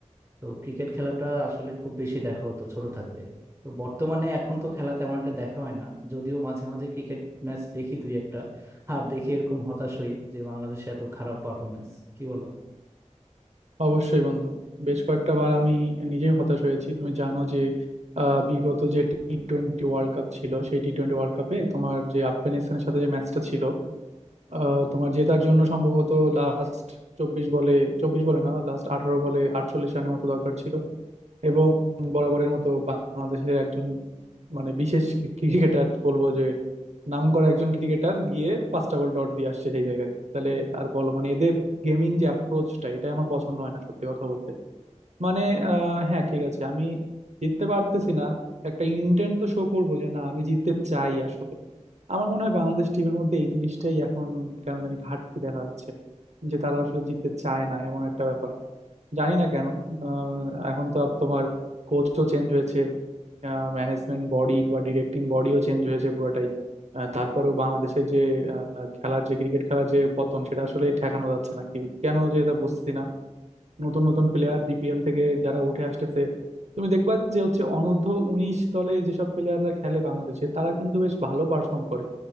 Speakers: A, on the right (about 25°); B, on the right (about 65°).
A: তো ক্রিকেট খেলাটা আসলে খুব বেশি দেখা হতো ছোট থাকতে তো বর্তমানে এখন তো খেলা তেমন একটা দেখা হয় না যদিও মাঝে মাঝে ক্রিকেট ম্যাচ দেখি দুই একটা আর দেখে এরকম হতাশ হই যে বাংলাদেশে এত খারাপ পারফরমেন্স কি বলো
B: অবশ্যই বন্ধু বেশ কয়েকটা বার আমি নিজেই হতাশ হয়েছি তুমি জানো যে আহ, বিগত যে টি টোয়েন্টি ওয়ার্ল্ড কাপ ছিল সেই টি টোয়েন্টি ওয়ার্ল্ড কাপে তোমার যে আফগানিস্তানের সাথে যে ম্যাচটা ছিল আহ, তোমার জেতার জন্য সম্ভবত লাস্ট চব্বিশ বলে চব্বিশ বলে না লাস্ট আঠারো বলে আটচল্লিশ রানের মতো দরকার ছিল এবং বরাবরের মতো বাংলাদেশের একজন মানে বিশেষ ক্রিকেটার বলবো যে নাম করা একজন ক্রিকেটার গিয়ে পাঁচটা বল ডট দিয়ে আসছে সেই জায়গায় তাহলে আর বলো মানে এদের গেমিং যে অ্যাপ্রোচটা এটা আমার পছন্দ হয় না সত্যি কথা বলতে মানে আহ, হ্যাঁ ঠিক আছে আমি জিততে পারতেছি না একটা ইন্টেন্ট তো শো করবো যে না আমি জিততে চাই আসলে আমার মনে হয় বাংলাদেশ টিমের মধ্যে এই জিনিসটাই এখন কেন জানি ঘাটতি দেখা যাচ্ছে যে তারা আসলে জিততে চায় না এমন একটা ব্যাপার জানি না কেন আহ, এখন তো আপ- তোমার কোচ তো চেঞ্জ হয়েছে ম্যানেজমেন্ট বডি বা ডিরেক্টিং বডিও চেঞ্জ হয়েছে পুরোটাই আহ, তারপরেও বাংলাদেশের যে আহ, খেলার যে ক্রিকেট খেলার যে পতন সেটা আসলে ঠেকানো যাচ্ছে না কি কেন যে এটা বুঝতেছি না নতুন নতুন প্লেয়ার বিপিএল থেকে যারা উঠে আসতেছে তুমি দেখবা যে হচ্ছে অনূর্ধ্ব উনিশ দলে যেসব প্লেয়াররা খেলে বাংলাদেশে তারা কিন্তু বেশ ভালো পারফর্ম করে